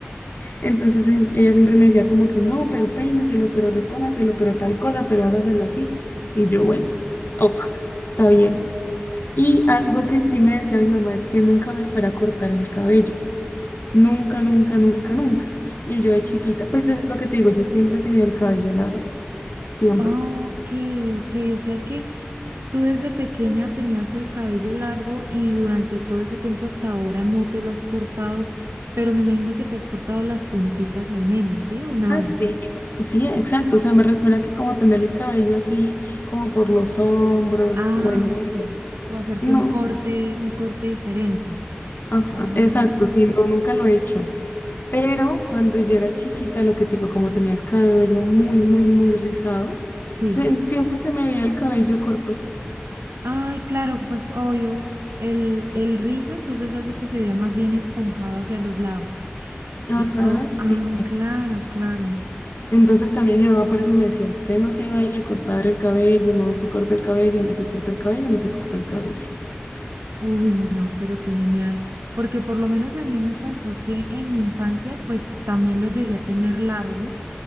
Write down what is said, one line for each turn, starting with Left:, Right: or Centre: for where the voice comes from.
Left: Entonces en- ella siempre me decía como que no, pero peínaselo, pero recójaselo, pero tal cosa, pero hágaselo así. Y yo, bueno, ok, está bien. Y algo que sí me decía mi mamá es que nunca me fuera a cortar el cabello. Nunca, nunca, nunca, nunca. Y yo de chiquita, pues es lo que te digo, yo siempre he tenido el cabello largo, siempre.
Right: Ok, ok. O sea que tú desde pequeña tenías el cabello largo y durante todo ese tiempo hasta ahora no te lo has cortado, pero me imagino que te has cortado las punticas al menos, ¿sí o nada?
Left: Ah, sí, sí, exacto. O sea, me refiero a que como tener el cabello así, como por los hombros
Right: Ah,
Left: o en hongo.
Right: sí. O hacerte
Left: No,
Right: un corte, un corte diferente.
Left: ajá,
Right: Ah,
Left: exacto,
Right: sí.
Left: sí, no, nunca lo he hecho. Pero cuando yo era chiquita, lo que te digo, como tenía el cabello muy, muy, muy rizado,
Right: Sí.
Left: se- siempre se me veía el cabello corto.
Right: Ay, claro, pues obvio, el, el rizo entonces hace que se vea más bien esponjado hacia los lados.
Left: Ajá,
Right: Y yo,
Left: sí.
Right: ah, claro, claro.
Left: Entonces también mi mamá por eso me decía, usted no se vaya a cortar el cabello, no se corta el cabello, no se corta el cabello, no se corta el cabello.
Right: Uy, no, pero qué genial. Porque por lo menos a mí me pasó que en mi infancia, pues también lo llegué a tener largo.